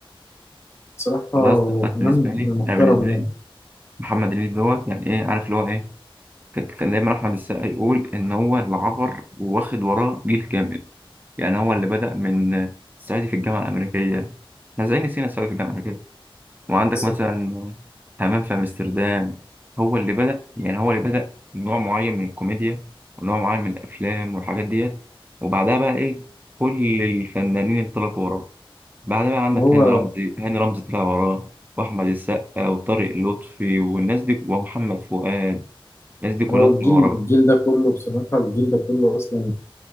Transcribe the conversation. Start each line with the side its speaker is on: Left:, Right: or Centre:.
Left: بصراحة هو
Right: خلاص انا
Left: فنان
Right: بالنسبه لي
Left: محترم
Right: انا بالنسبه لي
Left: يعني
Right: محمد هنيدي دوت يعني ايه عارف اللي هو ايه كان كان دايما احمد السقا يقول ان هو اللي عبر واخد وراه جيل كامل يعني هو اللي بدأ من الصعيدي في الجامعه الامريكيه احنا ازاي نسينا الصعيدي في الجامعه الامريكيه وعندك
Left: مثلا
Right: مثلا همام في امستردام هو اللي بدأ يعني هو اللي بدأ نوع معين من الكوميديا ونوع معين من الافلام والحاجات ديت وبعدها بقى ايه كل الفنانين انطلقوا وراه بعد بقى عندك
Left: هو
Right: هاني رمزي هاني رمزي طلع وراه واحمد السقا وطارق لطفي والناس دي ومحمد فؤاد الناس دي كلها
Left: هو الجيل
Right: طلع وراه
Left: الجيل
Right: بقى
Left: ده كله بصراحة الجيل ده كله أصلا